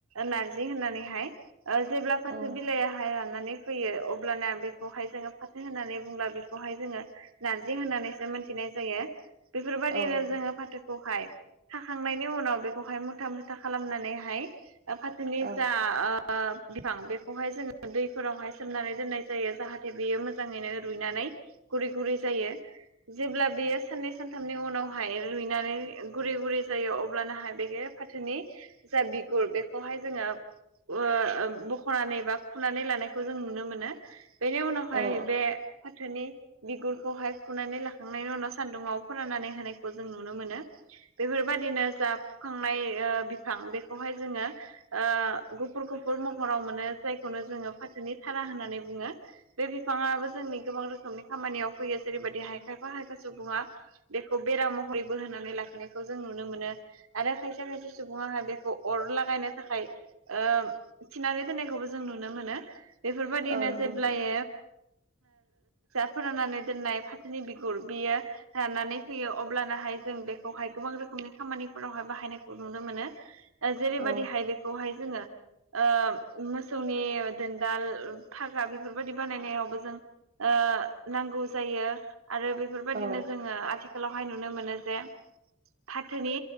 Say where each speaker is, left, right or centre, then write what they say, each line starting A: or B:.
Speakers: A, on the right; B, on the right.
A: नारजि होननानैहाय ओ जेब्ला फाथो
B: औ
A: बिलाइयाहाय राननानै फैयो अब्लाना बे बेखौहाय जोङो फाथो होननानै बुंब्ला बेखौहाय जोङो नारजि होननानैसो मोनथिनाय जायो बेफोरबायदिनो
B: औ नंगौ
A: जोङो फाथो खौहाय खाखांनायनि उनाव बेखौहाय मुथा मुथा खालामनानैहाय फाथोनि
B: औ
A: जा ओ बिफां बेखौहाय जोङो दैफोरावहाय सोमनानै दोननाय जायो। जाहाथे बेयो मोजाङैनो रुइनानै गुरै गुरै जायो जेब्ला बेयो साननै सान साथामनि उनावहाय रुइनानै गुरै गुरै जायो अब्लानाहाय बेख फाथोनि जा बिगुर बेखौहाय जोङो ओ बख'नानै बा खुनानै लानायखौ जों नुनो मोनो। बेनि उनावहाय
B: औ
A: बे फाथोनि बिगुरखौहाय खुनानै लाखांनायनि उनाव सान्दुङाव फोराननानै होनायखौ जों नुनो मोनो। बेफोरबायदिनो जा फुखांनाय ओ बिफां बेखौहाय जोङो ओ गुफुर गुफुर महराव मोनो जायखौनो जोङो फाथोनि थारा होननानै बुङो। बे बिफाङाबो जोंनि गोबां रोखोमनि खामानियाव फैयो जेरैबायदि हाय खायफा हायफा सुबुङा बेखौ बेराम महरैबो होनानै लाखिनायखौ जों नुनो मोनो आरो खायसे खायसे सुबुङाहाय बेखौ अर लागायनो थाखाय ओ थिनानै दोननायखौबो जों नुनो मोनो बेफोरबायदिनो
B: औ नंगौ नोंथां
A: <unintelligible> ओ फोराननानै दोननाय फाथोनि बिगुर बियो राननानै फैयो अब्लानाहाय जों बेखौहाय गोबां रोखोमनि खामानिफोरावहाय बाहायनायखौ नुनो मोनो। ओ जेरैबायाददिहाय
B: औ
A: बेखौहाय जोङो ओ मोसौनि दोनदाल फागा बेफोरबायदि बानायनायावबो जों ओ नांगौ जायो आरो बेफोरबायदिनो
B: औ
A: जोङो आथिखाल आथिखालावहाय नुनो मोनो जे फाथोनि